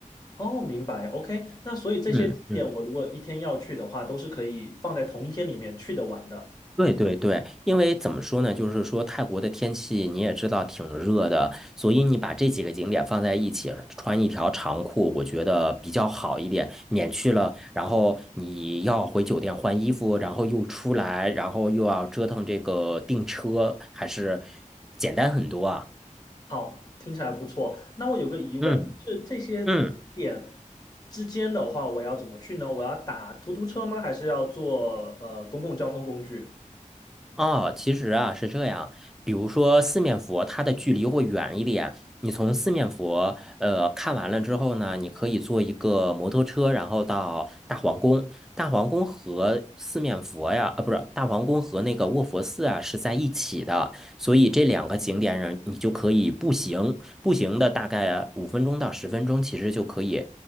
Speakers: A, on the left; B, in the centre.
A: 哦，明白。OK，那所以这些景点我如果一天要去的话，
B: 嗯嗯
A: 都是可以放在同一天里面去得完的。
B: 对对对，因为怎么说呢，就是说泰国的天气你也知道挺热的，所以你把这几个景点放在一起，穿一条长裤，我觉得比较好一点，免去了然后你要回酒店换衣服，然后又出来，然后又要折腾这个订车，还是简单很多啊。
A: 好，听起来不错。那我有个疑问，
B: 嗯
A: 是这些点之间的话，
B: 嗯。
A: 我要怎么去呢？我要打突突车吗？还是要坐呃公共交通工具？
B: 哦，其实啊是这样，比如说四面佛，它的距离会远一点。你从四面佛，呃，看完了之后呢，你可以坐一个摩托车，然后到大皇宫。大皇宫和四面佛呀，啊，不是，大皇宫和那个卧佛寺啊是在一起的，所以这两个景点上你就可以步行，步行的大概五分钟到十分钟，其实就可以